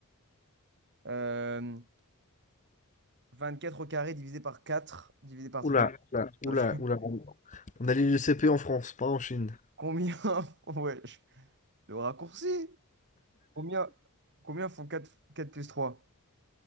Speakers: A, on the right; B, on the left.
A: Euh, 24 au carré divisé par 4, divisé par 3.
B: Oula,
A: <laughs>
B: oula, oula, oula. On on a l'île du CP en France, pas en Chine.
A: Combien? <laughs> Ouais, je- le raccourci. Combien, combien font quatre quatre plus trois